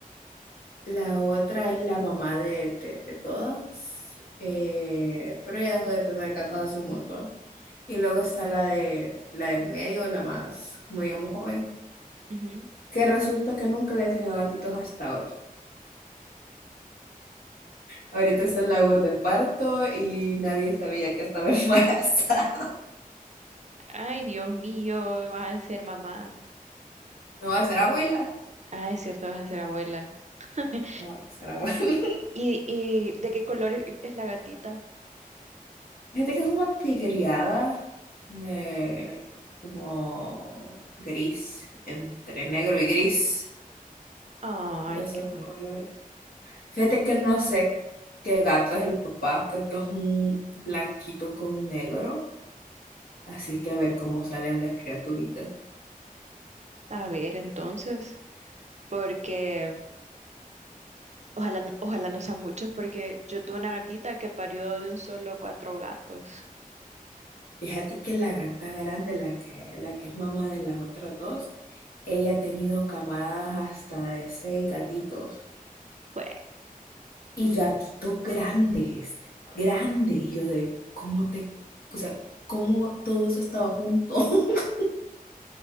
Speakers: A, on the left; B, on the right.
A: La otra es la mamá de, de, de todas, eh, pero ella dejó de tener gatos hace un montón. Y luego está la de la de en medio, la más, como digamos, joven,
B: Ujú.
A: que resulta que nunca había tenido gatitos hasta hoy. Ahorita está en labor de parto y nadie sabía que estaba embarazada. <laughs>
B: Ay, Dios mío, vas a ser mamá.
A: No va a ser abuela.
B: Ay, es cierto, vas a ser abuela. <laughs>
A: No va a ser abuela.
B: ¿Y, y de qué color e- es la gatita?
A: Fíjate que es como tigreada, de, como gris, entre negro y gris,
B: Ay,
A: de esos
B: qué bonito.
A: colores. Fíjate que no sé qué gato es el papá, creo que es un blanquito con negro, así que a ver cómo salen las criaturitas.
B: A ver, entonces, porque ojalá, ojalá no sean muchos, porque yo tuve una gatita que parió de un solo cuatro gatos.
A: Fíjate que la gata grande, la que, la que es mamá de las otras dos, ella ha tenido camadas hasta de seis gatitos.
B: Jue-
A: y gatitos grandes, este, grandes. Y yo de, ¿cómo te, o sea, cómo todo eso estaba junto? <laughs>